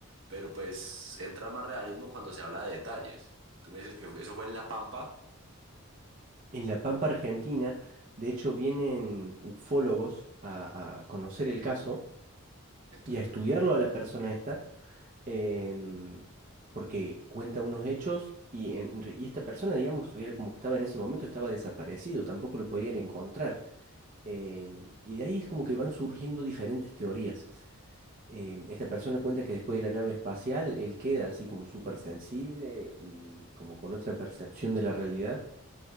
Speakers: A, on the right; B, on the right.
A: Pero pues entra más realismo cuando se habla de detalles. Si tú me dices que eso fue en La Pampa,
B: en la Pampa Argentina, de hecho, vienen ufólogos a, a conocer el caso
A: entiendo.
B: y a estudiarlo a la persona esta, em, porque cuenta unos hechos y, en re- y esta persona, digamos, era como que estaba en ese momento, estaba desaparecido, tampoco lo podían encontrar. Em, y de ahí es como que van surgiendo diferentes teorías. Em, esta persona cuenta que después de la nave espacial, él queda así como súper sensible y como con otra percepción de la realidad.